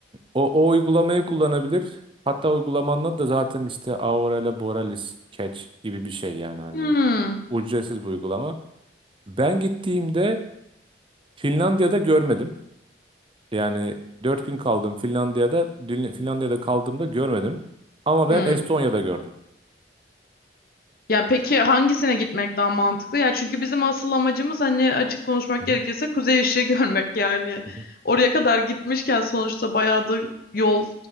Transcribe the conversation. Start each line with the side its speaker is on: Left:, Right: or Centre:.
Right: O, o uygulamayı kullanabilir. Hatta uygulamanın adı da zaten işte Aurela Borealis Catch gibi bir şey yani hani
Left: Hmm.
Right: ücretsiz bir uygulama. Ben gittiğimde Finlandiya'da görmedim. Yani 4 gün kaldım Finlandiya'da. Dün- Finlandiya'da kaldığımda görmedim. Ama ben
Left: Hmm.
Right: Estonya'da gördüm.
Left: Ya peki hangisine gitmek daha mantıklı? Ya çünkü bizim asıl amacımız hani açık konuşmak
Right: Hı hı.
Left: gerekirse kuzey ışığı <laughs> görmek yani.
Right: Hı hı.
Left: Oraya kadar gitmişken sonuçta bayağı da yol